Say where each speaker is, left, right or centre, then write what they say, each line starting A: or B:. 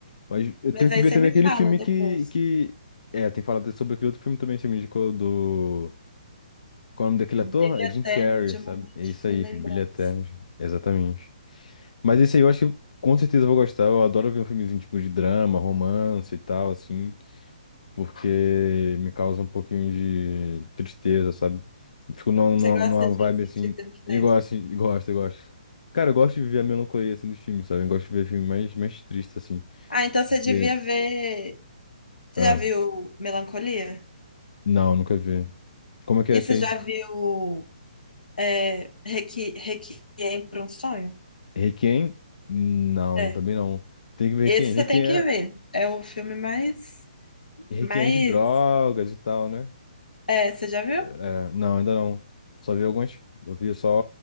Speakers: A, on the left (about 60°); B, on the left (about 75°).
A: Mas eu
B: Mas
A: tenho que
B: aí
A: ver
B: você
A: também
B: me
A: aquele
B: fala
A: filme
B: depois.
A: que, que... É, tem que falar sobre aquele outro filme também, que você me indicou do... Qual é o nome daquele
B: Brilho
A: ator? É Jim
B: eterno
A: Carrey,
B: de
A: sabe?
B: um momento
A: É isso
B: sem
A: aí,
B: lembrança.
A: Brilho Eterno, exatamente. Mas esse aí eu acho que com certeza eu vou gostar, eu adoro ver um filmezinho tipo de drama, romance e tal, assim porque me causa um pouquinho de tristeza, sabe? Eu Fico numa, numa,
B: Você gosta
A: numa
B: de
A: vibe
B: sentir
A: assim,
B: tristeza?
A: e Gosto, assim, <laughs> e gosto, eu gosto. Cara, eu gosto de ver a melancolia assim dos filmes, sabe? Eu gosto de ver filme mais, mais triste, assim.
B: Ah, então você devia
A: E, é,
B: ver. Você
A: ah,
B: já viu Melancolia?
A: não, nunca vi. Como é que
B: E
A: é esse
B: você
A: aí?
B: já viu é, Requi- Requiem para um Sonho.
A: Requiem? Não,
B: É.
A: também não. Tem que ver
B: Esse
A: Requiem. Requiem
B: você tem que
A: é,
B: ver. É o filme mais,
A: Requiem
B: mais,
A: é de drogas e tal, né?
B: é, você já viu?
A: É, não, ainda não. Só vi algumas. Eu vi só